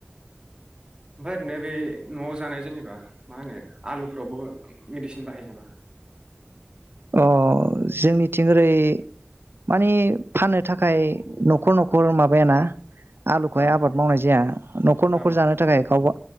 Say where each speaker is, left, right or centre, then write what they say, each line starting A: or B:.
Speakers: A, on the right; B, on the right.
A: ओमफ्राय ओरैनो बे नआव जानाय जेनेबा मा होनो आलुफोरावबो मेडिसिन बाहायो नामा?
B: अ। जोंनिथिं ओरै मानि फाननो थाखाय नखर नखर माबायाना आलुखौहाय
A: अ
B: आबाद मावनाय जाया नख'र
A: औ
B: नख'र जानो थाखाय गावबा